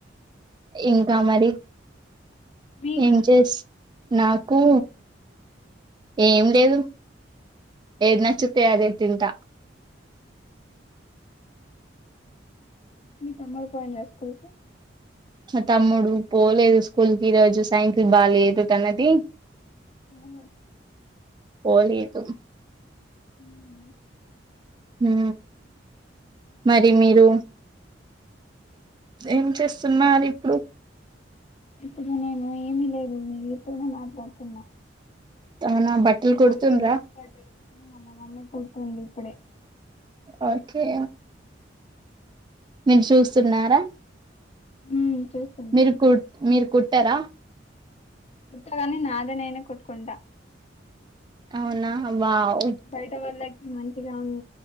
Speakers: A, on the right (about 25°); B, on the left (about 35°).
A: ఇంకా మరి
B: మీకి
A: ఏం చేస్ నాకూ ఏం లేదు ఏద్ నచ్చతే అదే తింట
B: మీ తమ్మడ్ పోయిండా స్కూల్కి
A: మ తమ్ముడు పోలేదు స్కూల్ కి ఈ రోజ్ సైకిల్ బాలేదు తనది
B: మ్ హ్
A: పోలేదు
B: మ్
A: మ్ మరి మీరు ఏం చేస్తున్నార్ ఇప్పుడు
B: ఇప్పుడు నేను ఏమి లేదు మీతోనే మాట్లాడ్తున్నా
A: అవునా బట్టలు
B: మా
A: కుడుతుండ్రా
B: మమ్మీ డ్రెస్ పా మా మమ్మీ కుడుతుండి ఇప్పుడే
A: ఓకే మీరు చూస్తున్నారా
B: ఉమ్ చూస్తున్నా
A: మీరు కుడ్ మీర్ కుట్టరా
B: కుట్టగాని నాది నేనే కుట్టుకుంటా
A: ఔనా వావ్
B: బయట వాళ్ళకి మంచిగా ఉ